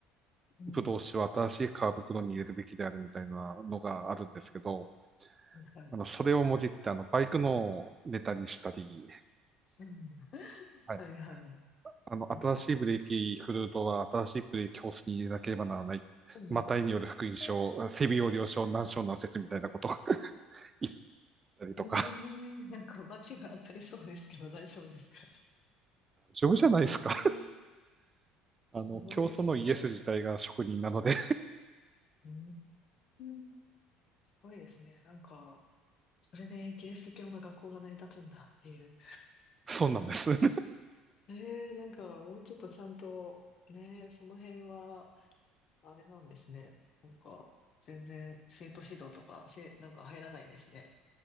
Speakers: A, on the left; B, on the right.
A: うん、
B: ブドウ酒は新しい革袋に入れるべきであるみたいなのがあるんですけど、
A: うんはい、はい。
B: あの、それをもじって、あの、バイクのネタにしたり、
A: うん
B: はい。
A: はいはい。
B: あの、
A: なんか、
B: 新しいブレーキフルートは新しいブレーキホースに入れなければならない。
A: うん、
B: マタイによる福音症、
A: え
B: 整備要領書、難症難説みたいなことを <laughs> 言ったりとか、
A: えなんか、罰が当たりそうですけど、大丈夫ですか
B: 大丈夫じゃないですか。
A: うーんすごいですね。
B: あの、教祖のイエス自体が職人なので、
A: うーんすごいですね。なんか、それでキリスト教の学校が成り立つんだっていう。
B: そうなんです。<laughs>
A: ええなんか、もうちょっとちゃんと、ね、その辺は、あれなんですね。なんか、全然、生徒指導とか、せ、なんか入らないんですね。